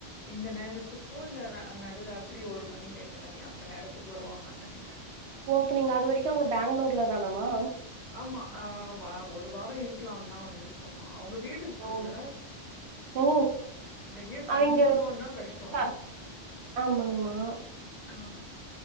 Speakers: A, on the left; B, on the right.
A: இந்த நேரத்துக்கோ இல்ல ந நடுராத்திரி ஒரு மணி ரெண்டு மணி அந்த நேரத்துக்கு வருவாங்கன் நெனைக்கிற
B: ஓப்பனிங் அது வரைக்கு அவங்க பேங்களூர்லதானாமா
A: ஆமா ஆ வா ஒரு வாரோ இருக்கலாம் தா வந்துருக்கோமா அவங்க வீடு இருக்குல்ல
B: ஓ ஓ
A: வெளிய தங்கனுன்னா
B: அவிங்க
A: கஷ்டோ
B: க ஆமாங்மா
A: ஆ